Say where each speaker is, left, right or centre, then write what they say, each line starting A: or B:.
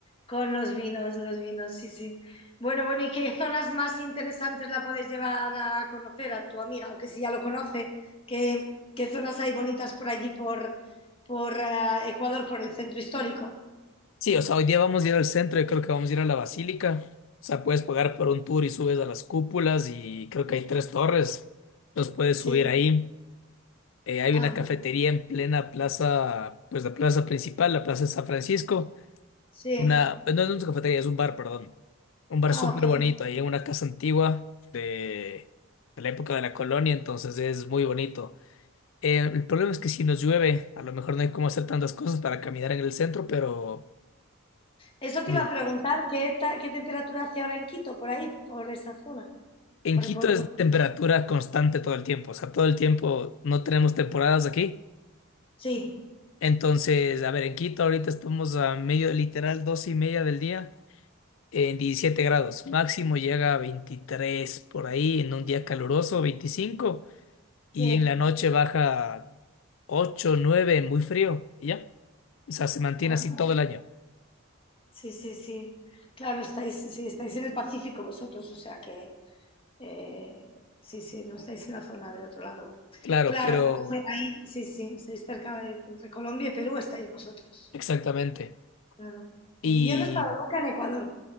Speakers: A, on the left; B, on the left.
A: con los vinos, los vinos, sí, sí. Bueno, bueno, ¿y qué zonas más interesantes la puedes llevar a conocer a tu amiga, aunque si ya lo conoce? ¿Qué, qué zonas hay bonitas por allí, por, por ah, Ecuador, por el centro histórico?
B: Sí, o sea, hoy día vamos a ir al centro Yo creo que vamos a ir a la basílica. O sea, puedes pagar por un tour y subes a las cúpulas y creo que hay tres torres. Los puedes
A: Sí,
B: subir ahí. Eh, hay
A: ah,
B: una
A: bueno,
B: cafetería en plena plaza, pues la plaza principal, la plaza de San Francisco.
A: sí.
B: Una, pues, no no es una cafetería, es un bar, perdón. Un bar
A: Ah,
B: súper
A: ok.
B: bonito, ahí en una casa antigua de, de la época de la colonia, entonces es muy bonito. Eh, el problema es que si nos llueve, a lo mejor no hay cómo hacer tantas cosas para caminar en el centro, pero...
A: Eso
B: Sí.
A: te iba a preguntar, ¿qué, ta- qué temperatura hace ahora en Quito, por ahí, por esa zona?
B: En
A: Por,
B: Quito
A: por,
B: es
A: por-
B: temperatura constante todo el tiempo, o sea, todo el tiempo no tenemos temporadas aquí.
A: Sí,
B: Entonces, a ver, en Quito ahorita estamos a medio, literal, dos y media del día en 17 grados. Máximo llega a 23 por ahí en un día caluroso, veinticinco y
A: sí.
B: en la noche baja 8 9 muy frío, y ya. O sea, se mantiene
A: Ah,
B: así todo el año.
A: Sí, sí, sí. Claro, estáis, sí, estáis en el Pacífico vosotros, o sea que eh, sí, sí, no estáis en la zona del otro lado.
B: Claro,
A: Claro,
B: pero
A: ahí, sí, sí, estáis cerca de, entre Colombia y Perú estáis vosotros.
B: exactamente.
A: Claro.
B: Y,
A: Muy- Yo no he estado nunca en Ecuador.